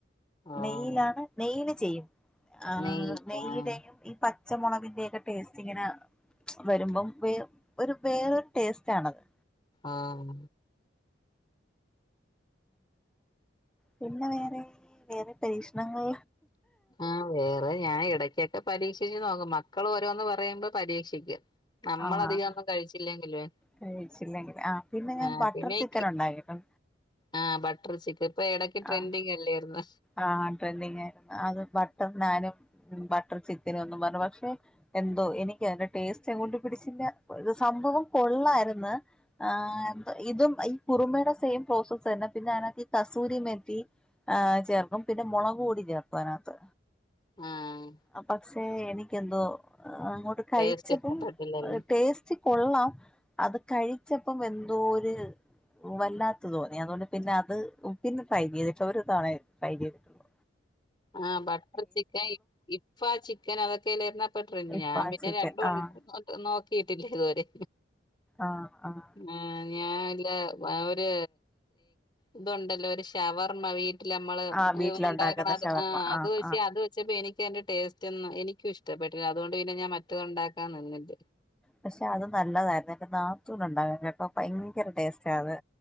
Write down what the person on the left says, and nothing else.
ഓഹ്
നെയ്യ്
ആഹ്
ആഹ്
ആ വേറെ ഞാൻ ഇടക്കൊക്കെ പരീക്ഷിച്ച് നോക്കും മക്കൾ ഓരോന്ന് പറയുമ്പോ പരീക്ഷ ക്ഷിക്കും നമ്മൾ
അധികം ഒന്നും കഴിച്ചില്ലെങ്കിലുവേ
ആഹ്
പിന്നെ
ഈ കി
ആഹ് ബട്ടർ ചിക്കൻ ഇപ്പോ ഇടക്ക് ട്രെൻഡിങ്
അല്ലേയിരുന്ന
ആഹ്
ടേസ്റ്റ് ഇഷ്ടപ്പെട്ടില്ലല്ലേ
ആഹ് ബട്ടർ ചിക്കൻ ഇപ്പാ ആ ചിക്കൻ അതൊക്കെല്ലരുന്നോ ട്രെൻഡ്
ഞാൻ പിന്നെ
രണ്ടു <unintelligible>
നോക്കിയിട്ടില്ല ഇതുവരെ
ആഹ് ഞാനല്ല ഒരു ഇതുണ്ടല്ലോ ഒരു ഷവർമ വിൽ വീട്ടിലമ്മള്
ഒണ്ടാക്കണ അത്
ആ അത്
വെച്ച്
അത് വെച്ച് എനിക്കന്റെ ടേസ്റ്റ് റ്റന്നും എനിക്കും ഇഷ്ടപ്പെട്ടില്ല അതുകൊണ്ട് പിന്നെ ഞാൻ മറ്റത് ഒണ്ടാക്കാൻ നിന്നില്ല